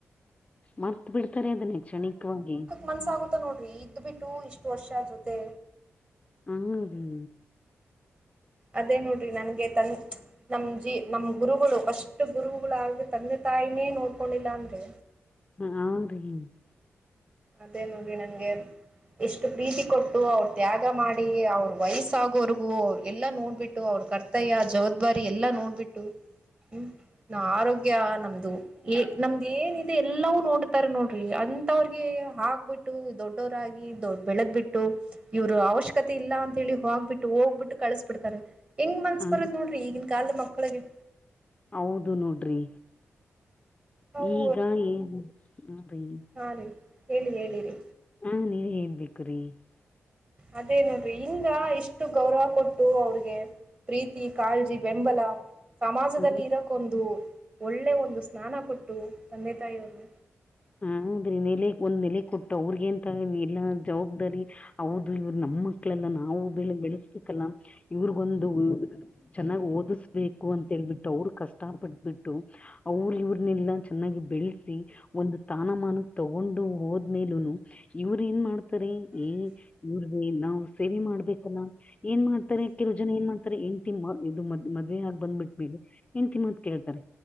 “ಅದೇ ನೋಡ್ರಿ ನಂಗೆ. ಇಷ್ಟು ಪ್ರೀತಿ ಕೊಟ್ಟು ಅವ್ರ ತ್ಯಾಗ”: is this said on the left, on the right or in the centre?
Right